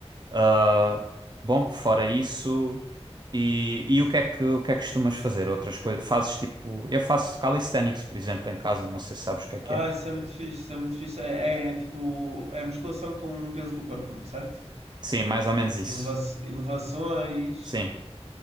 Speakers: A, on the right; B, on the right.
A: Ah, bom, fora isso. E, e o que é que, o que é que costumas fazer? Outras coisas? Fazes tipo. Eu faço calisthenics, por exemplo, em casa. Não sei se sabes o que é que
B: Ah,
A: é.
B: isso é muito fixe, isso é muito fixe. É, é, é tipo, é musculação com o peso do corpo, certo?
A: Sim, mais ou menos isso.
B: Eleva elevações.
A: Sim.